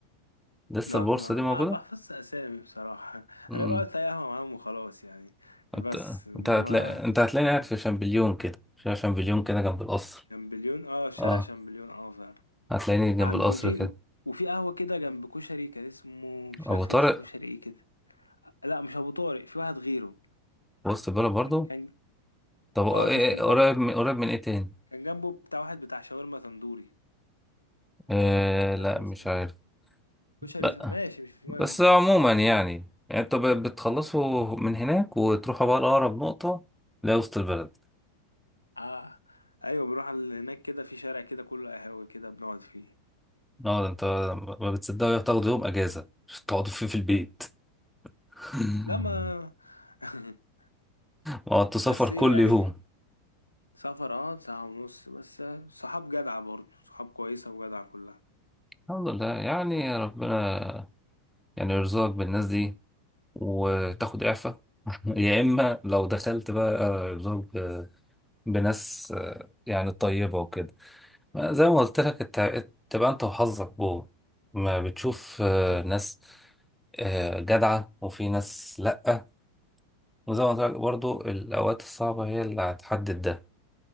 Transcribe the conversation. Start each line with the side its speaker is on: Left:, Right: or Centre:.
Centre: لسه
Left: لا
Centre: البورصة
Left: ما
Centre: دي
Left: ما
Centre: موجودة؟
Left: بحفظش أسامي بصراحة <laughs>
Centre: امم
Left: أنا بقعد في أي قهوة معاهم وخلاص يعني بس
Centre: انت
Left: إنما
Centre: انت هتلاقي انت هتلاقيني قاعد في شامبليون كده في شامبليون كده جنب القصر
Left: شامبليون اه في شارع
Centre: اه
Left: شامبليون اه فعلا
Centre: هتلاقيني جنب
Left: عند
Centre: القصر
Left: وفي
Centre: كده
Left: وفي قهوة كده جنب كشري كان اسمه مش
Centre: أبو
Left: عارف
Centre: طارق
Left: اسمه كشري ايه كده لا مش أبو طارق في واحد غيره
Centre: في وسط البلد برضه
Left: كان
Centre: طب
Left: اه
Centre: إيه- إيه،
Left: في وسط البلد
Centre: قريب
Left: كان
Centre: من قريب من ايه تاني
Left: كان جنبه بتاع واحد بتاع شاورما تندوري
Centre: آه لا
Left: مش عارف إيه
Centre: مش
Left: اسمه
Centre: عارف
Left: إيه. كشري
Centre: لا
Left: ماشي مش مهم
Centre: بس عموما يعني يعني انتوا ب- بتخلصوا من هناك وتروحوا بقى لأقرب نقطة لا وسط البلد
Left: اه ايوه بنروح على هناك كده في شارع كده كله قهاوي كده بنقعد فيه
Centre: اه ده انت ما بتصدقوا تاخدوا يوم اجازة عشان تقعدوا فيه في البيت <laughs>
Left: لا ما <laughs>
Centre: وقعدتوا سفر
Left: بس
Centre: كل
Left: يعني
Centre: يوم
Left: سفر اه ساعة ونص بس صحاب جدعة برضه صحاب كويسة وجدعة كلها
Centre: الحمد لله يعني ربنا يعني يرزقك بالناس دي وتاخد إعفاء <laughs> يا إما لو دخلت بقى يرزقك ب- بناس آه، يعني طيبة وكده زي ما قلت لك الت- تبقى انت وحظك جوه ما بتشوف آه، ناس آه، جدعة وفي ناس لأ وزي ما قلت لك برضو الأوقات الصعبة هي اللي هتحدد ده